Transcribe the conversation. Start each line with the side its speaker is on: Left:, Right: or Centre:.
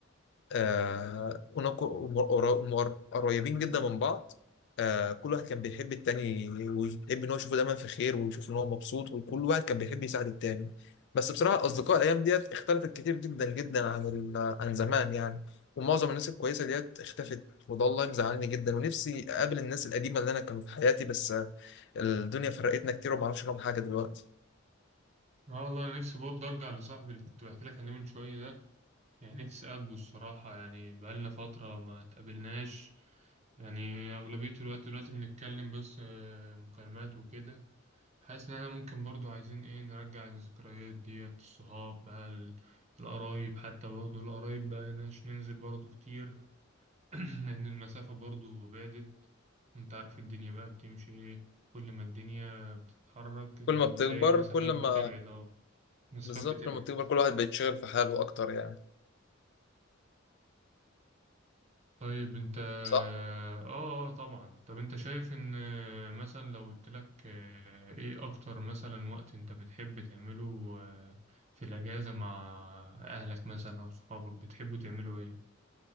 Left: آه كنا كو- مقر- مقر- قريبين جدا من بعض آه كل واحد كان بيحب التاني ويحب ان هو يشوفه دايما في خير ويشوف ان هو مبسوط وكل واحد كان بيحب يساعد التاني بس بصراحة اصدقاء الايام ديت اختلفت كتير جدا جدا عن ال- عن زمان يعني ومعظم الناس الكويسة ديت اختفت وده والله مزعلني جدا ونفسي اقابل الناس القديمة اللي انا كانوا في حياتي بس آه، الدنيا فرقتنا كتير ومعرفش عنهم حاجة دلوقتي
Right: اه والله انا نفسي برضه ارجع لصاحبي اللي كنت بحكي لك عليه من شويه ده يعني نفسي اقابله الصراحه يعني بقالنا فتره ما اتقابلناش يعني اغلبيه الوقت دلوقتي بنتكلم بس آه، مكالمات وكده حاسس ان احنا ممكن برضه عايزين ايه نرجع الذكريات ديت الصحاب بقى ال- القرايب حتى برضه القرايب بقى ناش ننزل برضه كتير <clears throat> لان المسافه برضه بعدت وانت عارف الدنيا بقى بتمشي ايه كل ما الدنيا بتتحرك انت
Left: كل ما
Right: بتلاقي
Left: بتكبر
Right: المسافات
Left: كل ما
Right: بتبعد اه مسافات
Left: بالظبط
Right: بتبعد
Left: لما بتكبر كل واحد بيتشغل في حاله أكتر يعني
Right: طيب انت
Left: صح
Right: اه اه طبعا طب انت شايف ان آه، مثلا لو قلت لك آه، ايه اكتر مثلا وقت انت بتحب تعمله آه، في الاجازة مع اهلك مثلا او صحابك بتحبوا تعملوا ايه